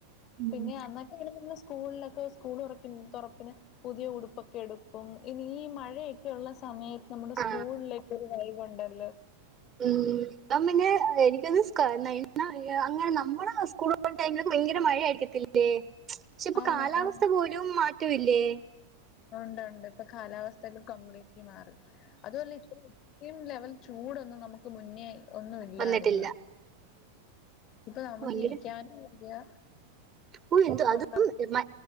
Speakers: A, on the right (about 25°); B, on the left (about 35°).
A: ഉം.
B: പിന്നെ അന്നൊക്കെയാ <unintelligible> സ്കൂളിലൊക്കെ സ്കൂള് തൊറപ്പി തൊറപ്പിനു പുതിയ ഉടുപ്പൊക്കെ എടുപ്പും ഇനി ഈ മഴയൊക്കെ ഉള്ള സമയ നമ്മുടെ സ്കൂളിലേക്കൊരു
A: ആ
B: <inaudible> കൊണ്ടല്ലേ.
A: ഉം ഇപ്പം പിന്നെ എനിക്കൊന്ന് <unintelligible> അങ്ങനെ നമ്മള് സ്കൂള് പോണ ടൈമിലൊക്കെ ഭയങ്കര മഴയായിരിക്കത്തില്ലേ പക്ഷെ ഇപ്പൊ
B: ആണ്
A: കാലാവസ്ഥ
B: ആ
A: പോലും മാറ്റമില്ലേ
B: ഉണ്ട് ഉണ്ട് ഇപ്പൊ കാലാവസ്ഥയൊക്കെ കംപ്ലീറ്റ്ലി മാറി അതുവല്ല ഇപ്പൊ യും ലെവൽ ചൂടൊന്ന് നമുക്ക് മുന്നേ ഒന്നു ഇല്ലായിരുന്നു
A: വന്നിട്ടില്ല
B: ഇപ്പൊ നമുക്ക്‌
A: ഭയങ്കര
B: ഇരിക്കാനും വയ്യ
A: ഓ എന്ത
B: പുറത്തിറങ്ങാൻ
A: അതും മ